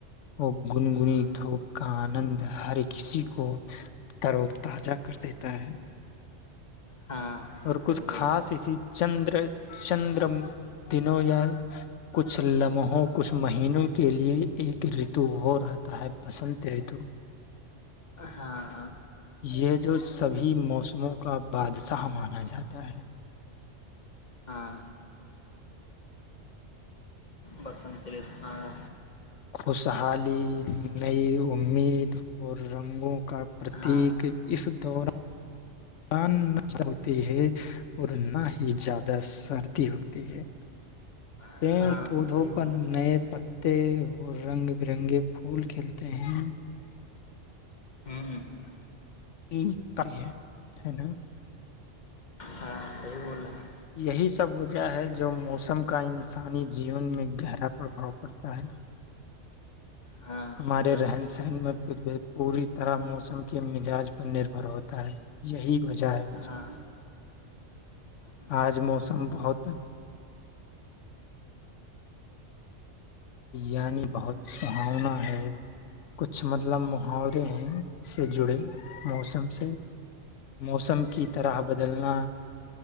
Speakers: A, on the left; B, on the left.
A: وہ گنگنی
B: ہاں
A: دھوپ کا آنند ہر کسی کو تر و تازہ کر دیتا ہے۔
B: ہاں ہاں
A: اور
B: صحیح
A: کچھ
B: بولے
A: خاص
B: ہے۔
A: اسی چندر چندر دنوں یا کچھ لمحوں کچھ مہینوں کے لئے ایک رتو اور آتا ہے بسنت رتو۔
B: ہاں ہاں۔
A: یہ جو سبھی موسم۔ موں کا بادشاہ مانا جاتا ہے۔
B: ہاں۔ بسنتیری تھانا۔
A: خوشحالی۔ نئی امید اور رنگوں۔ کا پرتییک
B: ہاں
A: اس۔ تو اور۔ ان ہوتی ہے اور نہ ہی زیادہ سردی ہوتی ہے۔ پیڑ
B: ہاں
A: پودوں
B: ہاں صحیح
A: پر
B: بول رہے
A: نئے پتے۔ اور رنگ برنگے پھول کھلتے ہیں۔
B: ہمم ہمم۔
A: یہ کائی ہے ہے نا۔
B: ہاں صحیح بول رہے ہیں۔
A: یہی سب وجہ ہے جو موسم کا انسانی جیون میں گہرا پرباؤ پڑتا ہے۔
B: ہاں
A: ہمارے
B: ضرور
A: رہن سہن میں کچھ بھی پوری۔ طرح موسم کے مزاج پر نربھر ہوتا ہے یہی۔ وجا ہے۔
B: ہاں ہاں
A: آج موسم بہت۔ یعنی بہت سہاؤنا ہے کچھ مطلب محاورے ہیں سے جڑے موسم سے موسم کی طرح بدلنا